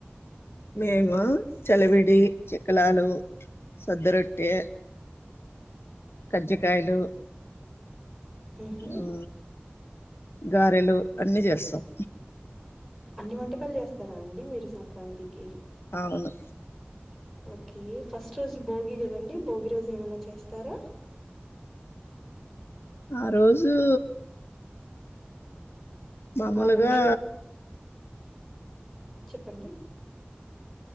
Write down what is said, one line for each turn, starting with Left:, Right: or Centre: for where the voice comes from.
Left: మేము చలివిడి చెక్కలాలు సద్దరొట్టె కజ్జికాయలు
Centre: ఉహు
Left: ఆ గారెలు అన్ని జేస్సాం
Centre: అన్ని వంటకాలు జేస్తారా అండి మీరు సంక్రాంతికి
Left: అవును
Centre: ఓకే ఫస్ట్ రోజు భోగి గదండి భోగి రోజు ఏమైనా చేస్తారా
Left: ఆ రోజు మామూలుగా
Centre: ఆ రోజు చెప్పండి